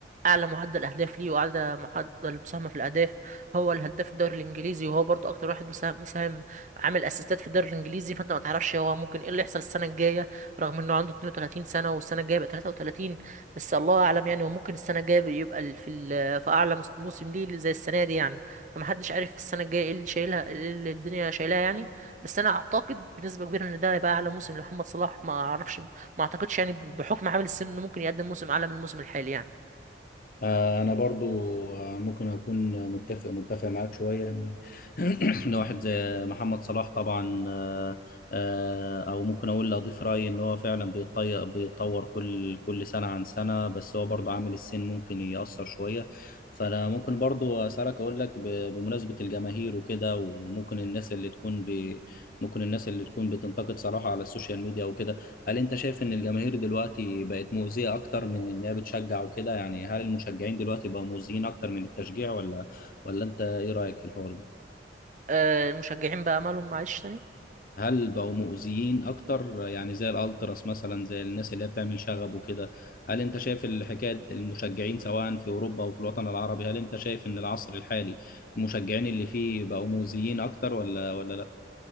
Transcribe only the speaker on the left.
آه، انا برضو آه، ممكن اكون متفق متفق معاك شويه ان <clears throat> ان واحد زي محمد صلاح طبعا آه، آه، او ممكن اقول لأ اضيف رايي ان هو فعلا بيطي- بيتطور كل كل سنه عن سنه بس هو برضو عامل السن ممكن ياثر شويه فانا ممكن برضو اسالك اقول لك ب- بمناسبه الجماهير وكده وممكن الناس اللي تكون ب... ممكن الناس اللي تكون بتنتقد صلاح على السوشيال ميديا وكده هل انت شايف ان الجماهير دلوقتي بقت مؤذية اكتر من انها بتشجع وكده يعني هل المشجعين دلوقتي بقوا مؤذيين اكتر من التشجيع ولا ولا انت ايه رأيك في الحوار ده
هل بقوا مؤذيين اكتر يعني زي الالتراس مثلا زي الناس اللي هي بتعمل شغب وكده هل انت شايف الحكاية المشجعين سواء في اوروبا او في الوطن العربي هل انت شايف ان العصر الحالي المشجعين اللي فيه بقوا مؤذيين اكتر ولا ولا لا